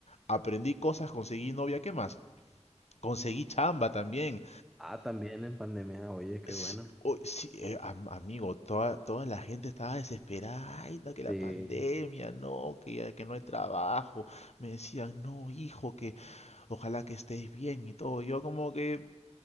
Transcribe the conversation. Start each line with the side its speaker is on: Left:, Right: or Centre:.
Left: aprendí cosas, conseguí novia, ¿qué más? Conseguí chamba también.
Centre: Ah, también en pandemia, oye, qué
Left: S-
Centre: bueno.
Left: uy, sí, eh, am- amigo, toda, toda la gente estaba desesperada, ay, da que
Centre: Sí,
Left: la pandemia, no, que, ya- que no hay trabajo. Me decían, no, hijo, que ojalá que estés bien y todo. Yo como que,